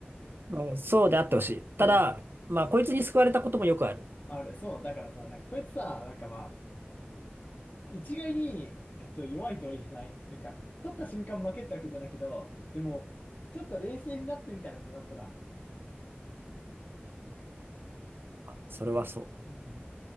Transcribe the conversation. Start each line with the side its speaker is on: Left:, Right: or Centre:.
Right: まあそうであってほしい。ただ、
Left: うん。
Right: まあこいつに救われたこともよくある。
Left: ある。そう。だからさ、なんかこいつさ、なんかまあ、一概に、えっと、弱いとは言えない。なんか、取った瞬間負けってわけじゃないけど、でも、ちょっと冷静になってみたら、こがとら。
Right: あそれはそ
Left: ん、